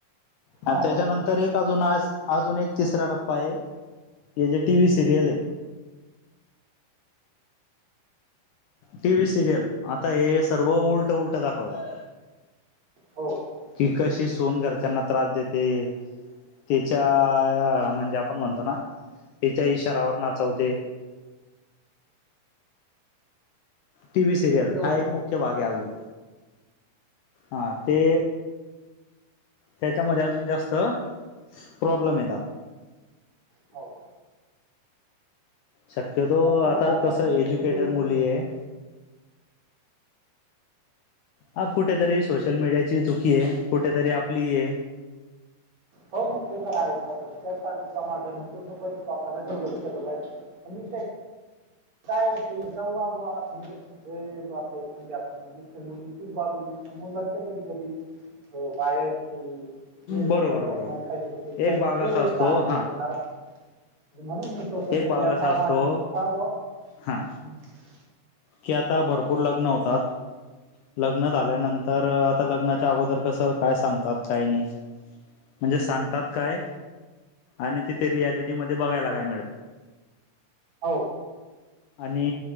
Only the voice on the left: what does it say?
आणि
त्याच्यानंतर एक अजून आज अजून एक तिसरा टप्पा आहे हे जे टी व्ही सिरियल हे टी व्ही सिरियल आता हे सर्व उलट उलट दाखवता.
कि कशी सुन घरच्यांना त्रास देते त्याच्या म्हणजे आपण म्हणतो ना त्याच्या इशारावर नाचवते. टीव्ही सिरियल
हा एक
मुख्य भाग आहे अजून हा ते त्याच्यामध्ये अजून जास्त प्रॉब्लेम येतात.
शक्यतो
आता
कसं
एज्युकेटेड
मुली आहे. हा कुठेतरी सोशल मीडियाचीही चुकी आहे, कुठेतरी आपली आहे.
बरोबर
बरोबर
एक भाग असा असतो
हा
एक
भाग असा
असतो
हा.
की आता भरपूर लग्न होतात. लग्नात आल्यानंतर आता लग्नाच्या अगोदर कसं काय सांगतात, काय नाही. म्हणजे सांगतात काय आणि तिथे रियालिटीमध्ये बघायला काय मिळतं.
आणि